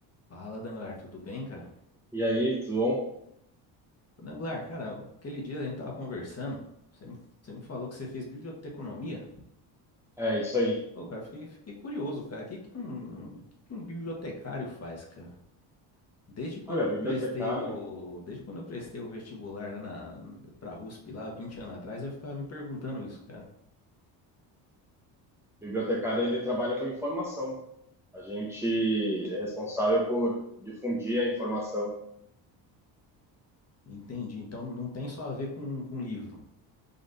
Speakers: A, on the left; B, in the centre.
A: Fala, Danglar, tudo bem, cara?
B: E aí, tudo bom?
A: Ô, Danglar, cara, aquele dia a gente tava conversando, você me, você me falou que você fez biblioteconomia.
B: É isso aí.
A: Ô, cara, fiquei, fiquei curioso, cara, o que que um, o que que um bibliotecário faz, cara? Desde quando
B: Olha,
A: eu
B: o
A: prestei
B: bibliotecário,
A: o,
B: o
A: desde quando eu prestei o vestibular lá na, pra USP, lá 20 anos atrás, eu ficava me perguntando isso, cara.
B: bibliotecário ele trabalha com informação. A gente é responsável por difundir a informação.
A: Entendi, então não tem só a ver com, com livro.